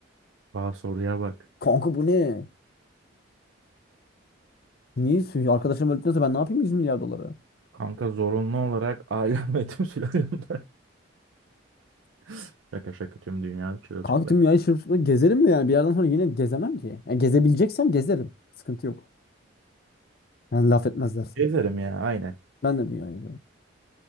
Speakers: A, on the right; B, on the left.
A: Aa soruya bak.
B: Kanka bu ne? Niye? sü- Arkadaşlarım öldükten sonra ben ne yapayım 100 milyar doları?
A: Kanka zorunlu olarak <laughs> ailem ve tüm sülalemden. <laughs> Şaka şaka tüm dünya çırılçıplak.
B: Kanka tüm dünyayı şırfıkla gezerim mi yani? Bir yerden sonra yine gezemem ki. Yani gezebileceksem gezerim. Sıkıntı yok. Yani laf etmezlerse.
A: Gezerim ya aynen.
B: Ben de dünyayı gezerim.